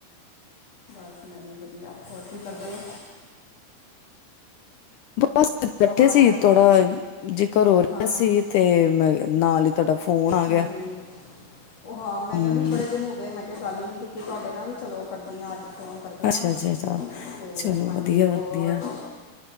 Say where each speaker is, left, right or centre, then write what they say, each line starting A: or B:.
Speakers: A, on the left (about 45°); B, on the left (about 75°).
A: ਬਸ ਮੈਂ ਵੀ ਵਧੀਆ ਹੋਰ ਕੀ ਕਰਦੇ
B: ਬਸ ਬੈਠੇ
A: ਆਵਾਜ਼
B: ਸੀ
A: ਆ ਰਹੀ
B: ਥੋੜਾ
A: ਹੈ
B: ਜੇ ਘਰੋਂ ਰਿਹਾ
A: ਹਾਂ
B: ਸੀ
A: ਹਾਂ
B: ਤੇ ਮੈਂ ਨਾਲ ਹੀ ਤੁਹਾਡਾ ਫੋਨ ਆ
A: ਹਾਂਜੀ
B: ਗਿਆ
A: ਉਹ ਹਾਂ ਮੈਨੂੰ
B: ਹੂੰ
A: ਬੜੇ ਦਿਨ ਹੋ ਗਏ ਮੈਂ ਕਿਹਾ ਗੱਲ ਹੀ ਨਹੀਂ ਕੀਤੀ ਵੀ ਤੁਹਾਡੇ ਨਾਲ ਵੀ ਚਲੋ ਕਰਦੀ ਹਾਂ ਅੱਜ ਫੋਨ ਕਰਦੀ
B: ਅੱਛਾ
A: ਹ
B: ਅੱਛਾ ਅੱਛਾ
A: ਤੇ
B: ਚਲੋ
A: ਹਾਂਜੀ
B: ਵਧੀਆ ਵਧੀਆ
A: ਹੋਰ